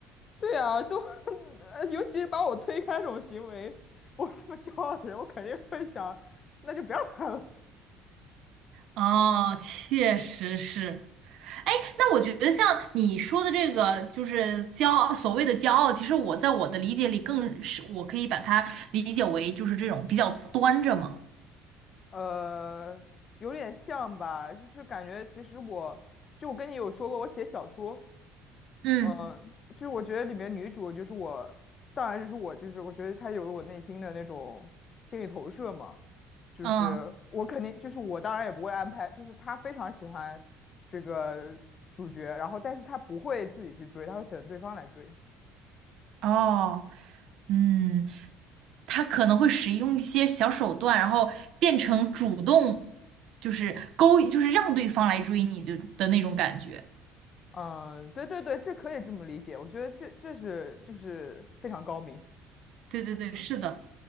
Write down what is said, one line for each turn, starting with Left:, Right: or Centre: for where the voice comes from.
Left: 对啊，都，<laughs> 呃尤其是把我推开这种行为，我这么骄傲的人，我肯定会想，那就不要谈了。
Right: 哦，确实是。哎，那我觉得像你说的这个，就是骄傲，所谓的骄傲，其实我在我的理解里，更是我可以把它理解为就是这种比较端着嘛。
Left: 呃，有点像吧，就是感觉其实我就我跟你有说过，我写小说，
Right: 嗯
Left: 嗯，就是我觉得里面女主就是我，当然就是我，就是我觉得她有了我内心的那种心理投射嘛，就是我肯定就是我当然也不会安排，
Right: 嗯
Left: 就是她非常喜欢这个主角，然后但是她不会自己去追，她会等对方来追。
Right: 哦嗯，他可能会使用一些小手段，然后变成主动，就是勾引，就是让对方来追你就的那种感觉。
Left: 嗯，对对对，这可以这么理解，我觉得这这是就是非常高明。
Right: 对对对，是的，